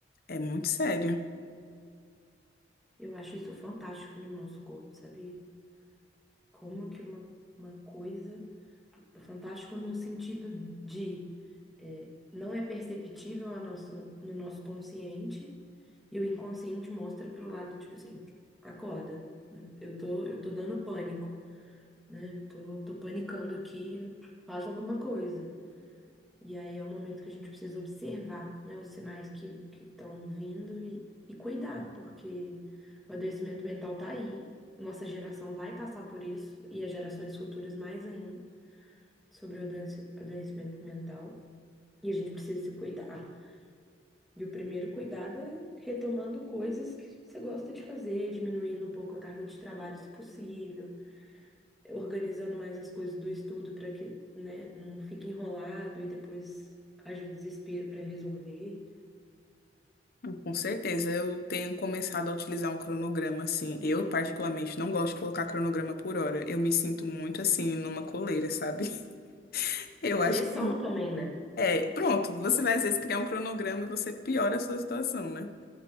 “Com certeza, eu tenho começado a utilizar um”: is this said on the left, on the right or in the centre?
Left